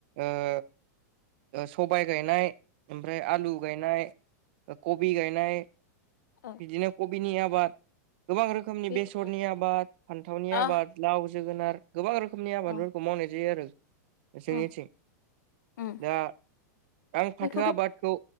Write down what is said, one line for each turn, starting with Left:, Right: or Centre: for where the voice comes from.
Right: ओ सबाय गायनाय ओमफ्राय आलु गायनाय कबि गायनाय
Left: औ
Right: बिदिनो कबिनि आबाद गोबां रोखोम खोमनि
Left: बेखौ
Right: बेसरनि आबाद फान्थावनि
Left: अ
Right: आबाद लाव जोगोनार गोबां रोखोमनि आबादफोरखौ
Left: औ
Right: मावनाय जायो आरो जोंनिथिं
Left: उम उम
Right: दा आं
Left: बेखौथ'
Right: फाथो आबादखौ